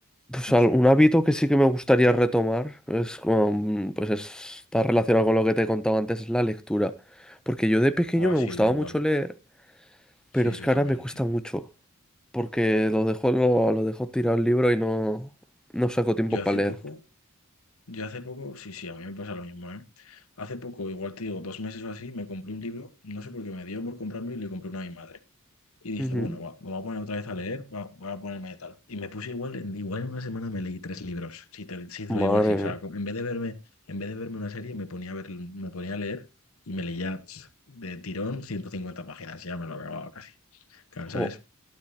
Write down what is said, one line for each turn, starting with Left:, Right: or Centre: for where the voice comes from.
Centre: pues
Left: no
Centre: al-
Left: sé.
Centre: un hábito que sí que me gustaría retomar es como, mm, pues es- está relacionado con lo que te he contado antes, es la lectura. Porque yo de pequeño
Left: O
Centre: me
Left: así,
Centre: gustaba mucho
Left: igual.
Centre: leer,
Left: Sí,
Centre: pero es
Left: yo
Centre: que
Left: también,
Centre: ahora me cuesta
Left: tío.
Centre: mucho. porque lo dejó, lo, lo dejó tirado el libro y no, no sacó tiempo
Left: Yo
Centre: para
Left: hace
Centre: leer.
Left: poco, yo hace poco, sí, sí, a mí me pasa lo mismo, ¿eh? Hace poco, igual te digo, dos meses o así, me compré un libro, no sé por qué me dio por comprarme y le compré uno a mi madre. Y dije,
Centre: Ujú.
Left: bueno, va, me voy a poner otra vez a leer, va, voy a ponerme de tal. Y me puse igual, en, igual en una semana me leí tres libros, si te, si te
Centre: Madre
Left: lo digo así. O
Centre: mía.
Left: sea, como en vez de verme, en vez de verme una serie, me ponía a ver, me ponía a leer y me leía pf, de tirón 150 páginas, ya me lo acababa casi. Claro, ¿sabes?
Centre: Jo,